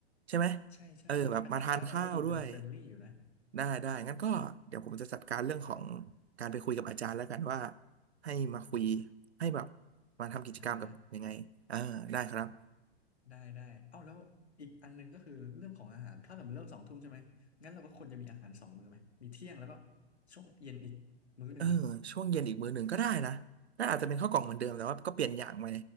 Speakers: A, on the right; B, on the left.
A: ใช่ไหม
B: ใช่ใช่ใช่อาจารย์คณะเราก็ดูเป็นเฟรนลี่อยู่นะ
A: เออแบบมาทานข้าวด้วยได้ได้งั้นก็เดี๋ยวผมจะจัดการเรื่องของการไปคุยกับอาจารย์แล้วกันว่าให้มาคุยให้แบบมาทำกิจกรรมกับยังไงเออได้ครับ
B: อ่า ได้ได้เอ้าแล้วอีกอันหนึงก็คือเรื่องของอาหารถ้าเกิดมันเลิกสองทุ่มใช่ไหมงั้นเราก็ควรจะมีอาหารสองมื้อไหมมีเที่ยงแล้วก็ช่วงเย็นอีกมื้อหนึ่งไหม
A: เออช่วงเย็นอีกมื้อหนึ่งก็ได้นะน่าอาจจะเป็นข้าวกล่องเหมือนเดิมแต่ว่าก็เปลี่ยนอย่างไป